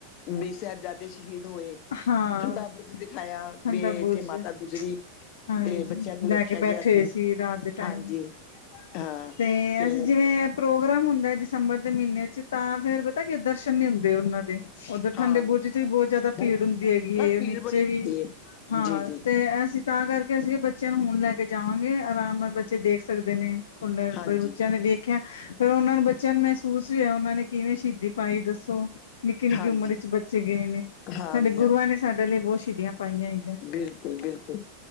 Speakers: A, on the left; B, on the left.
A: ਵੀ ਸਾਹਿਬਜ਼ਾਦੇ ਸ਼ਹੀਦ ਹੋਏ।
B: ਹਾਂ
A: ਠੰਡਾ ਬੁਰਜ ਦਿਖਾਇਆ, ਵੀ
B: ਠੰਡਾ
A: ਕਿ ਇੱਥੇ
B: ਬੁਰਜ
A: ਮਾਤਾ ਗੁਜ਼ਰੀ
B: ਹਾਂਜੀ
A: ਦੇ ਬੱਚਿਆਂ ਨੂੰ
B: ਲੈ
A: ਰੱਖ
B: ਕੇ
A: ' <unintelligible>
B: ਬੈਠੇ
A: ' ਗਿਆ ਸੀ
B: ਹੋਏ ਰਾਤ ਦੇ ਟਾਈਮ
A: ਹਾਂਜੀ। ਹਾਂ
B: ਤੇ
A: ਫਿਰ
B: ਅਸੀਂ ਜਿਵੇਂ ਪ੍ਰੋਗਰਾਮ ਹੁੰਦਾ ਦਸੰਬਰ ਦੇ ਮਹੀਨੇ 'ਚ' ਤਾਂ ਫੇਰ ਪਤਾ ਕੀ ਦਰਸ਼ਨ ਨੀ ਹੁੰਦੇ ਉਹਨਾਂ ਦੇ ਉੱਧਰ ਠੰਡੇ
A: ਹਾਂ
B: ਬੁਰਜ 'ਚ' ਵੀ ਬਹੁਤ ਜ਼ਿਆਦਾ
A: ਬਹੁਤ
B: ਭੀੜ ਹੁੰਦੀ ਹੈਗੀ
A: ਪਰ ਭੀੜ
B: ਨੀਚੇ
A: ਬੜੀ ਹੁੰਦੀ
B: ਵੀ
A: ਹੈ
B: ਹਾਂ
A: ਜੀ ਜੀ
B: ਤੇ ਤੇ ਅਸੀਂ ਤਾਂ ਕਰਕੇ ਅਸੀਂ ਬੱਚਿਆਂ ਨੂੰ ਹੁਣ ਲੈ ਕੇ ਜਾਵਾਂਗੇ। ਆਰਾਮ ਨਾਲ ਬੱਚੇ ਦੇਖ ਸਕਦੇ ਨੇ, ਖੁੱਲੇ
A: ਹਾਂਜੀ
B: ਬੱਚਿਆਂ ਨੇ ਵੇਖ ਮੈਂ ਕਿਹਾ ਫਿਰ ਉਹਨਾਂ ਨੂੰ ਬੱਚਿਆਂ ਨੂੰ ਮਹਿਸੂਸ ਵੀ ਹੋਇਆ ਉਹਨਾਂ ਨੇ ਕਿਵੇਂ ਸ਼ਹੀਦੀ ਪਾਈ ਦੱਸੋ। ਨਿੱਕੀ-ਨਿੱਕੀ
A: ਹਾਂਜੀ
B: ਉਮਰ 'ਚ' ਬੱਚੇ ਗਏ ਨੇ,
A: ਹਾਂਜੀ
B: ਸਾਡੇ ਗੁਰੂਆਂ ਨੇ ਸਾਡੇ ਲਈ ਬਹੁਤ ਸ਼ਹੀਦੀਆਂ ਪਾਈਆਂ ਈ।
A: ਬਿਲਕੁਲ-ਬਿਲਕੁਲ